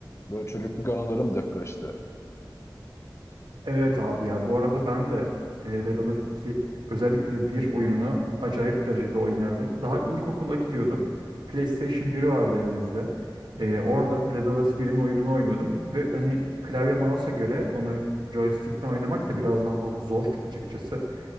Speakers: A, on the left; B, on the right.
A: Böyle çocukluk anılarım depreşti.
B: Evet abi ya bu arada ben de e, Red Alert 2 özellikle de bir oyununu acayip derecede oynardım. Daha ilkokula gidiyordum. PlayStation 1 vardı evimizde. E, orada Red Alert 1'in oyununu oynuyordum ve hani klavye mouse'a göre onu joystick'ten oynamak da biraz daha zor açıkçası.